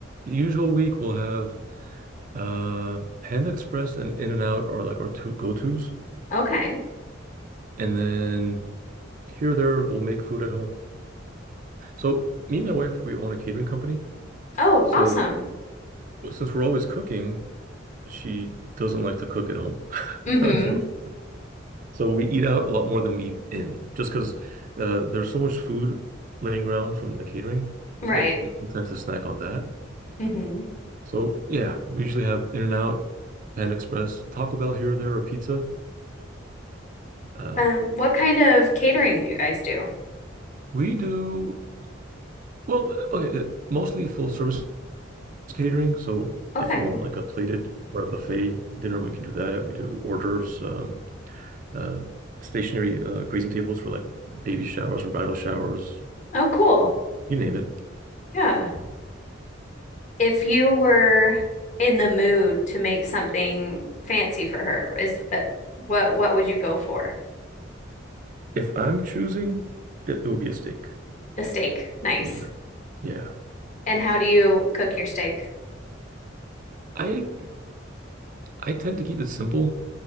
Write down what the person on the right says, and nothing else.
usual week, we'll have uh, Panda Express and In-N-Out are like our two go-tos.
And then here or there, we'll make food at home. So me and my wife, we own a catering company.
So
since we're always cooking, she doesn't like to cook at home, <laughs>
unfortunately. So we eat out a lot more than we eat in, just because uh, there's so much food laying around from the catering
that we tend to snack on that.
So yeah, we usually have In-N-Out, Panda Express, Taco Bell here or there, or pizza. Um,
we do well, okay, uh, mostly full service catering. So
if you want like a plated or a buffet dinner, we can do that. We do hors d'oeuvres, um, uh, stationary uh, greasing tables for like baby showers and bridal showers,
you name it.
If I'm choosing, it, it would be a steak.
Yeah. Yeah.
I I tend to keep it simple,